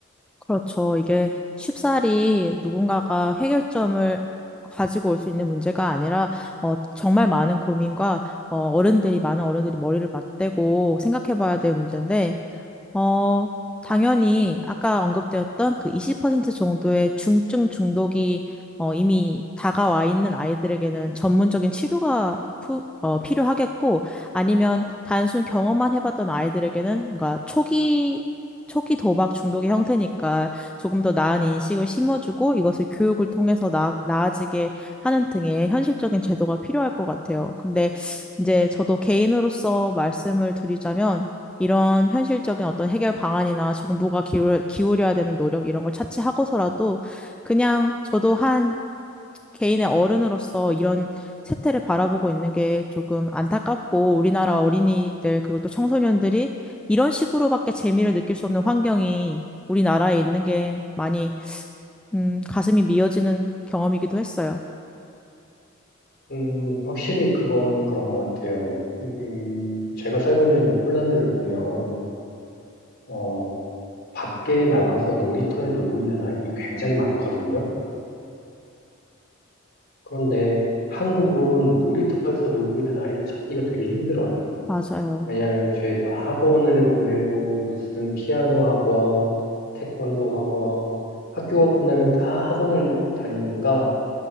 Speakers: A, in the centre; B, on the left.
A: 그렇죠. 이게 쉽사리 누군가가 해결점을 가지고 올 수 있는 문제가 아니라 어, 정말 많은 고민과 어, 어른들이 많은 어른들이 머리를 맞대고 생각해 봐야 될 문제인데 어, 당연히 아까 언급되었던 그 20% 정도의 중증 중독이 어, 이미 다가와 있는 아이들에게는 전문적인 치료가 푸, 어, 필요하겠고 아니면 단순 경험만 해봤던 아이들에게는 뭔가 초기 초기 도박 중독의 형태니까 조금 더 나은 인식을 심어주고 이것을 교육을 통해서 나, 나아지게 하는 등의 현실적인 제도가 필요할 것 같아요. 근데 이제 저도 개인으로서 말씀을 드리자면 이런 현실적인 어떤 해결 방안이나 정부가 기울, 기울여야 되는 노력 이런 걸 차치하고서라도 그냥 저도 한 개인의 어른으로서 이런 세태를 바라보고 있는 게 조금 안타깝고 우리나라 어린이들 그리고 또 청소년들이 이런 식으로밖에 재미를 느낄 수 없는 환경이 우리나라에 있는 게 많이 음, 가슴이 미어지는 경험이기도 했어요.
B: 음, 확실히 그건 그런 것 같아요. 이, 제가 살고 있는 이 폴란드를 보면, 어, 밖에 나가서 놀이터에 놀고 있는 아이들이 굉장히 많거든요. 그런데 한국은 놀이터에서 놀고 있는 아이를 찾기가 되게 힘들어요.
A: 맞아요.
B: 왜냐하면 죄다 학원을 보내고, 무슨 피아노 학원, 태권도 학원, 학교가 끝나면 다 학원을 다니니까,